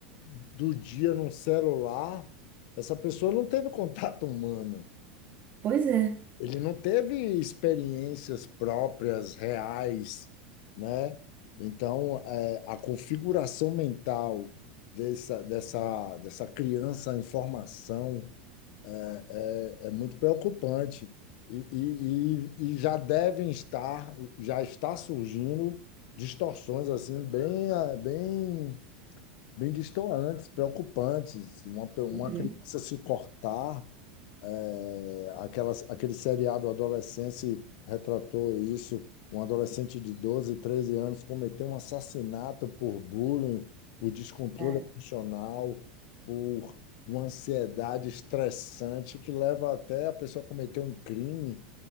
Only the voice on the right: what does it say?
Pois é.
Uhum.
É,